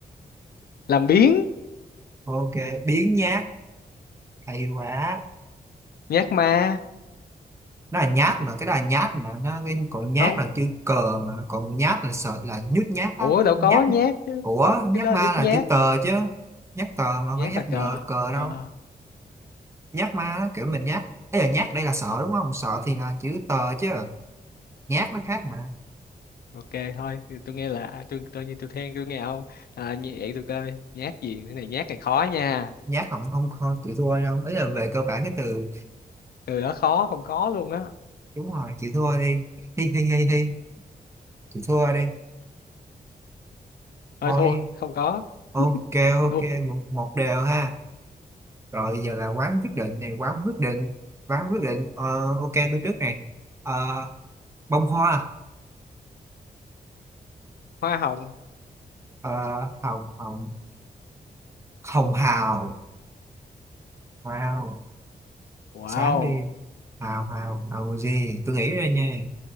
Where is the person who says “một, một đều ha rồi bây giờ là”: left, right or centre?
Right